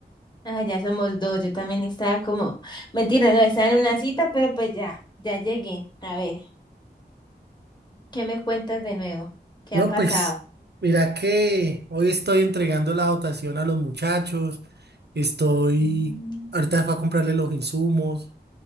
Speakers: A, on the left; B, on the right.
A: Ah, ya somos dos, yo también estaba como, mentira, no, estaba en una cita, pero pues ya, ya llegué. A ver, ¿qué me cuentas de nuevo? ¿Qué
B: No,
A: ha pasado?
B: pues mira que hoy estoy entregando la dotación a los muchachos, estoy
A: Mm.
B: ahorita para comprarle los insumos,